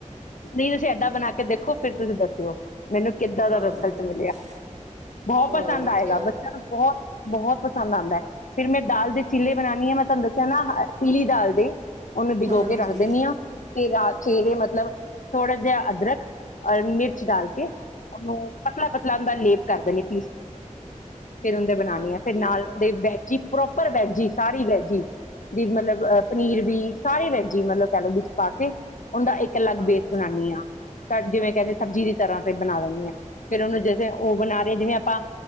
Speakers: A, on the left (about 80°); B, on the right (about 60°).
A: ਤੁਸੀਂ ਏਦਾਂ ਬਣਾ ਕੇ ਦੇਖੋ ਫਿਰ ਤੁਸੀਂ ਦੱਸਿਓ ਮੈਨੂੰ ਕਿੱਦਾਂ ਦਾ
B: ਹਾਂਜੀ
A: ਰਿਜ਼ਲਟ ਮਿਲਿਆ ਬਹੁਤ
B: ਹੋਰ
A: ਪਸੰਦ ਆਏਗਾ
B: ਕਿਆ
A: ਬੱਚਯਾਂ ਨੂੰ ਬਹੁਤ ਬਹੁਤ ਪਸੰਦ ਆਉਂਦਾ ਫਿਰ ਮੈਂ ਦਾਲ ਦੇ ਚੀਲੇ ਬਣਾਉਾਨਦੀ ਹਾਂ ਮੈਂ ਤੁਹਾਨੂੰ ਦੱਸਿਆ ਨਾ ਪੀਲੀ ਦਾਲ ਦੇ ਉਹਨੂੰ ਡਿਗੋ
B: ਹਾਂਜੀ
A: ਕੇ ਰੱਖ ਦਿੰਦੀ ਆਂ ਤੇ ਰਾ ਚਿਹਰੇ ਮਤਲਬ ਥੋੜਾ ਜਿਹਾ ਅਦਰਕ ਮਿਰਚ ਡਾਲ ਕੇ ਉਹਨੂੰ ਪਤਲਾ ਪਤਲਾ ਉਹਦਾ ਲੇਪ ਕਰ ਦੇਿੰਣੀ ਪੀਸ ਫਿਰ ਉਹਦੇ ਬਣਾਉਣੇ
B: ਹਾਂਜੀ
A: ਆ ਫਿਰ ਨਾਲ ਉਹਦੇ ਵੈਜੀ ਪ੍ਰੋਪਰ ਵੈਜੀ ਸਾਰੀ ਵੈਜੀ ਦੀ ਮਤਲਬ ਪਨੀਰ ਵੀ ਸਾਰੇ ਵੈਜੀ ਮਤਲਬ ਕਹਿ ਲਓ ਬ ਬਾਕੀ ਉਹਦਾ ਇੱਕ ਅਲੱਗ
B: ਹਾਂਜੀ
A: ਬੇਸ ਬਨਉਾਨਣੀ ਆ ਜਿਵੇਂ ਕਹਿੰਦੇ ਸਬਜ਼ੀ ਦੀ ਤਰ੍ਹਾਂ ਤੇ ਬਣਾ ਦੇਣੀ ਹੈ ਫੇਿਰ ਉਹਨੂੰ ਜਂ ਉਹ ਬਣਾ ਰਹੇ ਜਿਵੇਂ ਆਪਾਂ